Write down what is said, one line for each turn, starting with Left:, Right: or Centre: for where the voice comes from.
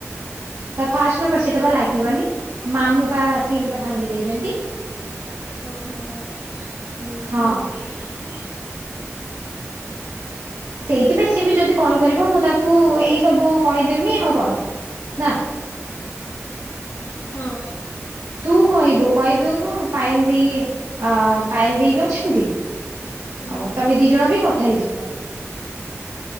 Right: ତା ଫାଷ୍ଟ ନମ୍ବର ସେଟା ବା ଲାଗିବନି ମାମୁଁ ପା ସିମ୍ ଟା ଭାଙ୍ଗି ଦେଇଚନ୍ତି।
Left: ଓହୋ।
Right: ଏ ହଁ। ସେଇଥି ପାଇଁ
Left: ଆଉ
Right: ସି ବି ଯଦି କଲ୍ କରିବ। ମୁଁ ତାକୁ ଏଇ ସବୁ କହିଦେମି ଆଉ କଣ ନା
Left: ହଁ
Right: ତୁ କହିବୁ କହି ଦୋଉନୁ ପାଏଲ ଦି ଅ ପାଏଲ ଦେଇ ବି ଅଛନ୍ତି?
Left: ହୁଁ
Right: ଆଉ ତମେ ଦି ଜଣ ବି କଥା ହେଇଯିବ।